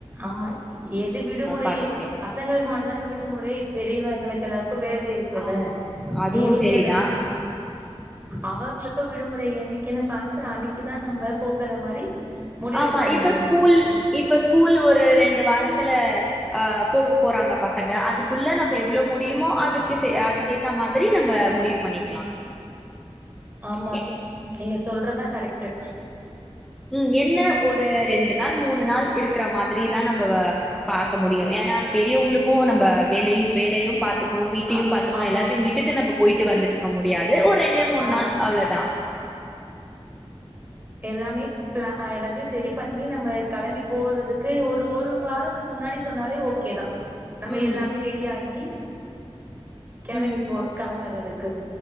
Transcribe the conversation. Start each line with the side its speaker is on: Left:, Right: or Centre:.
Right: ஆம்மா எது விடுமுறை
Centre: பாத்துக்கலா
Right: பசங்களுக்கு மட் இப்ப தான விடுமுறை பெரியவங்களுக்கு எல்லா இப்ப வேல இருக்குல்ல
Centre: ஆ அதுவு
Right: இன்னிக்
Centre: சரிதா
Right: அந் <inaudible> அவங்களுக்கோ விடுமுறை என்னிக்கு என்ன பாத்த அன்னைக்கி தா நம்ப போகுற மாரி முடிவெடுக்க
Centre: ஆமா இப்ப
Right: முடியு
Centre: ஸ்கூல் இப்ப ஸ்கூல் ஒரு ரெண்டு வாரத்துல அ, போக போறாங்க பசங்க அதுக்குள்ள நம்ம எவ்ளோ முடியுமோ அதுக்கு செ அதுக்க ஏத்த மாதிரி நம்ம முடிவு பண்ணிக்கலா
Right: ஆமா
Centre: எ
Right: நீங்க சொல்றதா கரெக்ட்டு
Centre: உம் என்ன ஒரு ரெண்டு நாள் மூணு நாள் இருக்கிற மாதிரிதா நம்ப வ பாக்க முடியு ஏன்னா பெரியவங்களுக்கு நம்ம வேலையு வேலையு பாத்துக்கணு வீட்டையு
Right: ஆ
Centre: பாத்துக்கணு
Right: ஆமா
Centre: எல்லாத்தையு விட்டுட்டு நம்ப போயிட்டு வந்துட்ருக்க முடியாது ஒரு ரெண்டு மூணு
Right: ஆம்
Centre: நாள் அவ்ளோதா
Right: எல்லாமே <unintelligible> எல்லாத்தையு செரி பண்ணி நம்ம கெளம்பி போறதுக்கு ஒரு ஒரு வாரத்துக்கு முன்னாடி சொன்னாலே ஓகேதா நம்ப
Centre: ம்.
Right: எல்லாமே ரெடி ஆகி கெளம்பி
Centre: ம்.
Right: போ கெளம்பறது